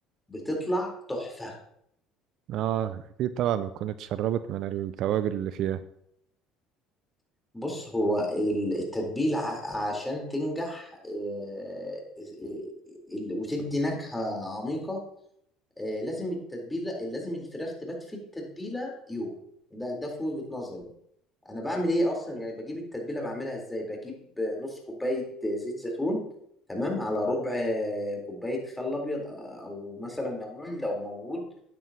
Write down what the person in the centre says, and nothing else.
بتطلع تحفه
بص هو ال- التتبيله ع- عشان تنجح آه، آه، آه، وتدي نكهه عميقه آه لازم التتبيله لازم الفراخ تبات في التتبيله يوم ده ده في وجهه نظري انا بعمل ايه اصلا يعني بجيب التتبيله بعملها ازاي بجيب آه، نص كوبايه آه، زيت زيتون تمام على ربع آه، كوبايه خل ابيض آه، او مثلا ليمون لو موجود